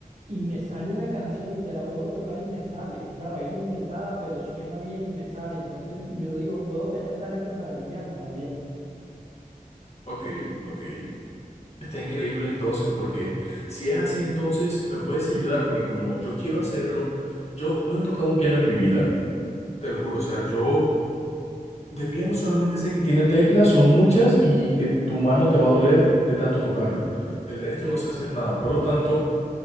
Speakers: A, on the right; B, on the left.
A: y me sale una canción y te la puedo tocar y me sale. Claro, es inventada, pero suena bien y me sale. Entonces yo digo, puedo tener talento para el piano también.
B: Ok, ok. Está increíble entonces, porque si es así, entonces me puedes ayudar, porque como yo quiero hacerlo, yo no he tocado un piano en mi vida. Te lo juro, o sea, yo de piano solamente sé que tiene teclas, son muchas, y, y que tu mano te va a doler de tanto tocarlo. Del resto
A: Sí.
B: no sé hacer nada. Por lo tanto,